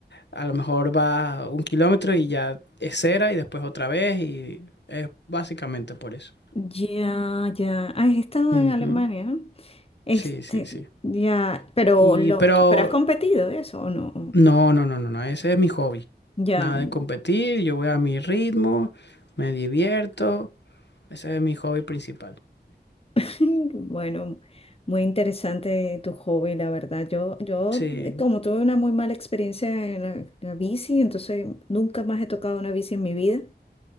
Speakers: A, on the left; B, on the left.
A: a lo mejor va un kilómetro y ya es cera y después otra vez y es básicamente por eso.
B: Ya, ya. Ah, has estado
A: Ujú.
B: en Alemania, ¿no? Este,
A: Sí, sí, sí.
B: ya, pero
A: Y
B: lo,
A: pero
B: pero has competido eso o no?
A: No, no, no, no, no, ese es mi hobby.
B: Ya.
A: Nada de competir, yo voy a mi ritmo, me divierto, ese es mi hobby principal.
B: <laughs> Bueno, muy interesante tu hobby, la verdad. Yo, yo,
A: Sí.
B: eh, como tuve una muy mala experiencia en la, la bici, entonces nunca más he tocado una bici en mi vida.